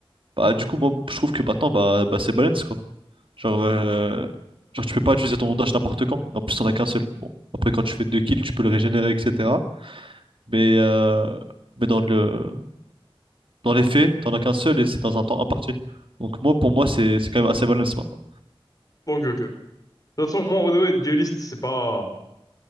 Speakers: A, on the right (about 60°); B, on the left (about 40°).
A: Bah, du coup, moi, je trouve que maintenant, bah, bah c'est balance, quoi. Genre, euh, genre, tu peux pas utiliser ton dash n'importe quand. En plus, t'en as qu'un seul. Bon, après, quand tu fais deux kills, tu peux le régénérer, etc. Mais, euh, mais dans le, dans les faits, t'en as qu'un seul et c'est dans un temps imparti. Donc, moi, pour moi, c'est, c'est quand même assez balance maintenant.
B: Ok, ok. De toute façon, moi, en vrai, de vrai, dueliste, c'est pas.